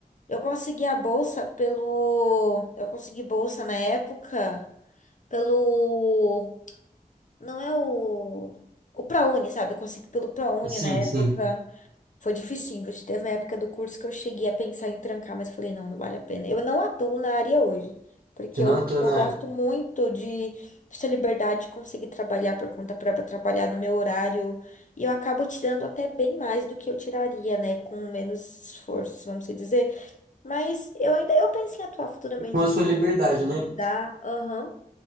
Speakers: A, on the left; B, on the right.
A: Eu consegui a bolsa pelo. Eu consegui bolsa na época pelo. Não é o. O ProUni, sabe? Eu consegui pelo ProUni
B: Sim,
A: na época.
B: sim.
A: Foi difícil. Teve uma época do curso que eu cheguei a pensar em trancar, mas eu falei, não, não vale a pena. Eu não atuo na área hoje, porque
B: Senão
A: eu,
B: eu tô
A: eu
B: na...
A: gosto muito de essa liberdade de conseguir trabalhar por conta própria, trabalhar no meu horário. E eu acabo tirando até bem mais do que eu tiraria, né? Com menos esforço, vamos dizer. Mas eu ainda eu penso em atuar futuramente,
B: Com a
A: quem
B: sua liberdade,
A: sabe, me especializar.
B: né?
A: Aham.